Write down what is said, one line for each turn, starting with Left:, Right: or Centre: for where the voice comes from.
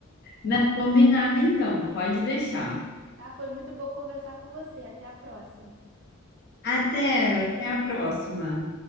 Left: Não, combinado então. Pode deixar.
Right: Tá? Foi muito bom conversar com você. Até a próxima.
Left: Até, até a próxima.